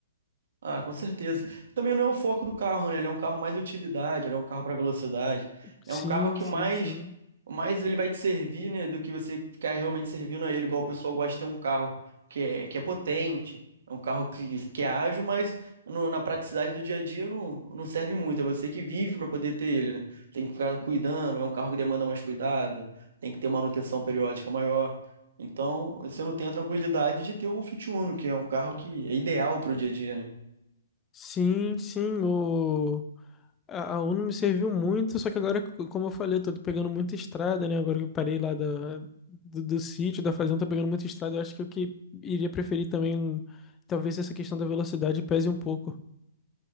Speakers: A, on the right (about 65°); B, on the left (about 20°).
A: Ah, com certeza. Também não é o foco do carro, né? Ele é um carro mais utilidade, ele é um carro para velocidade.
B: Sim,
A: É um carro que
B: sim,
A: mais,
B: sim.
A: mais ele vai te servir, né, do que você ficar realmente servindo a ele, igual o pessoal gosta de ter um carro que é, que é potente, é um carro que, que é ágil, mas no- na praticidade do dia a dia não, não serve muito. É você que vive para poder ter ele, né? Tem que ficar cuidando, é um carro que demanda mais cuidado, tem que ter manutenção periódica maior. Então, você não tem a tranquilidade de ter um Fit Uno, que é um carro que é ideal para o dia a dia, né?
B: Sim, sim, o... a, a Uno me serviu muito, só que agora, c- como eu falei, eu tô pegando muita estrada, né? Agora que eu parei lá da, do, do sítio, da fazenda, tô pegando muita estrada. Eu acho que o que iria preferir também, talvez essa questão da velocidade pese um pouco.